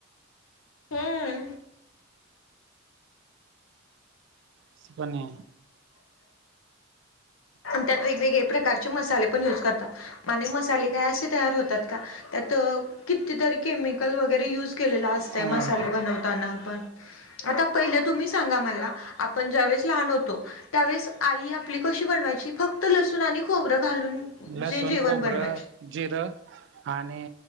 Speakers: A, on the left; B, on the right.
A: हम्म....
B: अस पण हे!
A: पण त्यात वेगवेगळे प्रकारचे मसाले पण युज करतात. आणि मसाले काय असे तयार होतात का त्यात अ. कितीतरी केमिकल वगैरे यूज केलेल असतंय
B: आहे
A: मसाला बनवताना पण. आता पहिले तुम्ही सांगा मला, आपण ज्यावेळेस लहान होतो त्यावेळेस. आई आपली कशी बनवायची फक्त लसूण आणि खोबरं घालून.
B: लसूण
A: जे जेवण
B: खोबरं
A: बनवायचे
B: जिरं आणि